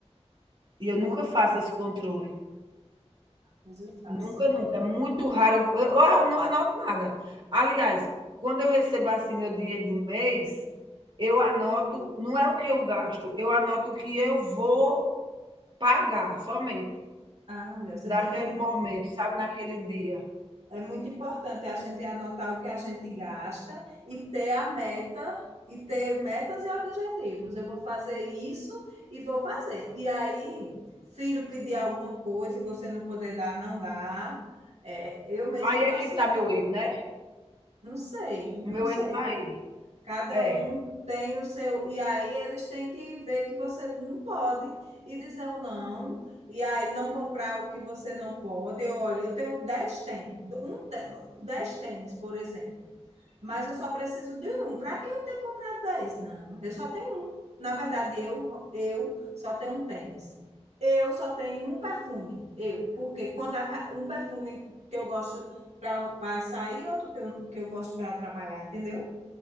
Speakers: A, on the right (about 45°); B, on the right (about 75°).
A: E eu nunca faço esse controle.
B: Mas eu faço.
A: Nunca, nunca. É muito raro. Eu, eu- eu não anoto nada. Aliás, quando eu recebo assim meu dinheiro do mês, eu anoto, não é o que eu gasto, eu anoto o que eu vou pagar somente,
B: Ah, mulher, você
A: daquele
B: tem que
A: momento, sabe, naquele dia.
B: É muito importante a gente anotar o que a gente gasta e ter a meta e ter metas e objetivos. Eu vou fazer isso e vou fazer. E aí, filho pedir alguma coisa e você não poder dar, não dá. É, eu mesmo
A: Aí
B: faço,
A: é que tá meu erro, né.
B: não sei,
A: O
B: eu
A: meu
B: não sei
A: erro tá aí.
B: Cada
A: É,
B: um tem o seu. E aí eles têm que ver que você não pode e dizer um não. E aí não comprar o que você não pode. Eu, olha, eu tenho dez tênis, um tênis, 10 tênis, por exemplo. Mas eu só preciso de um. Para que eu ter comprado dez Não, eu só tenho um. Na verdade, eu, eu só tenho um tênis. Eu só tenho um perfume. Eu. Porque quando a um perfume que eu gosto para um, pra sair, outro que eu, que eu gosto para trabalhar, entendeu?